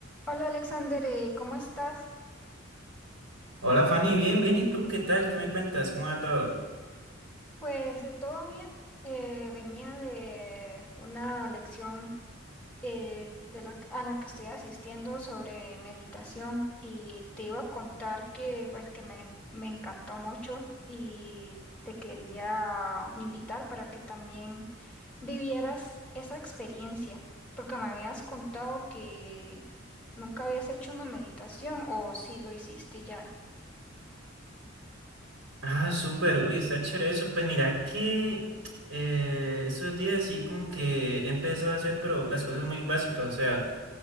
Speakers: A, in the centre; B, on the right (about 75°).
A: Hola Alexander, eh, ¿cómo estás?
B: Hola Fanny, bien, bien, ¿y tú qué tal? ¿Qué me cuentas? ¿Cómo va todo?
A: Pues eh, todo bien. Eh, venía de una lección eh, de la, a la que estoy asistiendo sobre meditación y te iba a contar que pues que me, me encantó mucho y te quería invitar para que también vivieras esa experiencia, porque me habías contado que nunca habías hecho una meditación o si lo hiciste ya.
B: Ah, súper, uy, está chévere eso. Pues mira que eh, estos días sí como que he empezado a hacer, pero las cosas muy básicas, o sea,